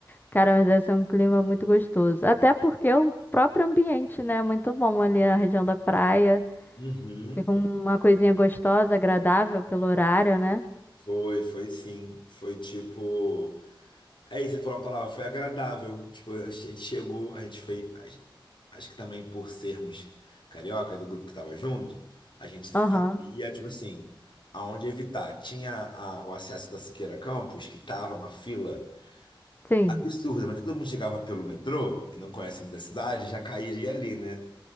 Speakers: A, on the left; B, on the left.
A: Cara, mas deve ser um clima muito gostoso. Até porque o próprio ambiente, né, é muito bom ali na região da praia.
B: Uhum.
A: Fica uma coisinha gostosa, agradável pelo horário, né?
B: Foi, foi sim. Foi tipo. É isso, você falou uma palavra, foi agradável. Tipo, a gente chegou, a gente fez. a gen- Acho que também por sermos carioca do grupo que tava junto, a gente sabia,
A: Aham,
B: tipo assim, aonde evitar. Tinha a- o acesso da Siqueira Campos, que tava uma fila
A: sim,
B: absurda, mas todo mundo chegava pelo metrô e não conhece muita cidade, já cairia ali, né?